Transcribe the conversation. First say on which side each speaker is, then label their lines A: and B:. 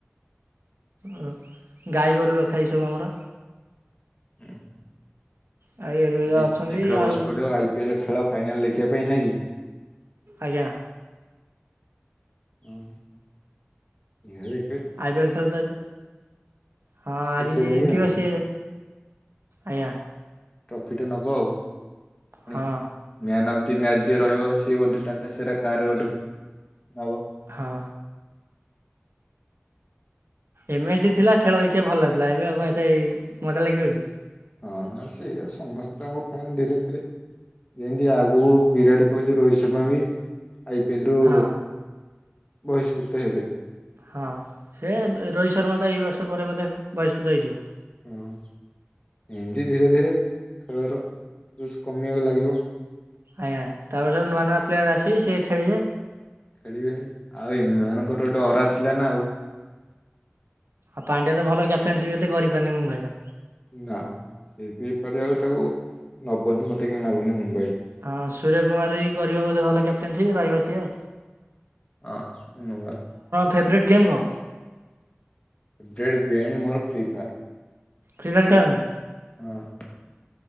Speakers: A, on the right (about 85°); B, on the left (about 30°).
A: ହଁ। ଗାଈ ଗୋରୁ ରଖା ହେଇଛି ସବୁ ଆମର।
B: ହୁଁ।
A: ଆୟୁର୍ବେଦ
B: ଆଜି
A: ଅଛନ୍ତି
B: ଶୀଘ୍ର ବସି
A: ଆଉ
B: ପଡିବ ଆଇ ପି ଏଲ ଖେଳ ଫାଇନାଲ ଦେଖିବା ପାଇଁ ନାଇଁ କି?
A: ଆଜ୍ଞା।
B: ହୁଁ ହେଲେ
A: ଆଇ ପି ଏଲ ଖେଳ ତ ହଁ ଆଜି
B: ଦେଖିବେ
A: ଯିଏ
B: ବୋଲି
A: ଜତିିବ
B: ଆଉ
A: ସିଏ ଆଜ୍ଞା।
B: ଟ୍ରଫି ଟେ ନବ ଆଉ। ମ୍ୟାନ
A: ହଁ
B: ଅ ମ୍ୟାଚ୍ ଯିଏ ରହିବ ସିଏ ଗୋଟେ ଟାଟା ସେରା କାର୍ ଗୋଟେ ନବ।
A: ହଁ। ଏମ ଏସ୍ ଡି ଥିଲା ଖେଳ ଦେଖିଆକୁ ଭଲ ଲାଗୁଥିଲା ଏବେ ଆଉ କଣ ଏତେ ମଜା ଲାଗିବ କି?
B: ହଁ ସେଇଆଉ ସମସ୍ତଙ୍କ ଫ୍ୟାନ୍ ଧୀରେ ଧୀରେ ଯେମିତି ଆଗକୁ ବିରାଟ କୋହଲି, ରୋହିତ ଶର୍ମା ବି ଆଇ ପି ଏଲ ରୁ
A: ହଁ
B: ବହିଷ୍କୃତ ହେବେ।
A: ହଁ ସେ ରୋହିତ ଶର୍ମା ତ ଏଇ ବର୍ଷ ପରେ ବୋଧେ ବହିଷ୍କୃତ ହେଇଯିବ।
B: ହୁଁ ଉଁ। ଦି ଧୀରେ ଧୀରେ ଖେଳର ଜୋସ୍ କମିବାକୁ ଲାଗିବ।
A: ଆଜ୍ଞା ତାପରେ ସବୁ ନୂଆ ନୂଆ ପ୍ଲେୟାର ଆସିବେ ସିଏ ଖେଳିବେ।
B: ଖେଳିବେ ଆଉ ଏମାନଙ୍କର ଗୋଟେ ଅରା ଥିଲା ନା ଆଉ।
A: ଆଉ ପାଣ୍ଡିଆ ତ ଭଲ କ୍ୟାପଟେନ୍ ସିଏ ଏତେ କରିପାରୁନି ମୁମ୍ବାଇର।
B: ନା ସେ ବି ଏପାରିଆକୁ ତାକୁ ନବନି ମତେ କାହିଁ ଲାଗୁନି ମୁମ୍ବାଇ।
A: ହଁ ସୂର୍ଯ୍ୟ କୁମାର କରିବ ବୋଧେ ଭଲ କ୍ୟାପ୍ଟେନ ସିପ୍ ରହିବ ସିଏ ଆଉ।
B: ହଁ ନୂଆ
A: ଫେବରାଇଟ୍ ଗେମ୍ କଁ?
B: ଫେବରାଇଟ୍ ଗେମ୍ ମୋର ଫ୍ରି ଫାୟାର୍।
A: ଫ୍ରି ଫାୟାର ଖେଳନ୍ତି?
B: ହଁ।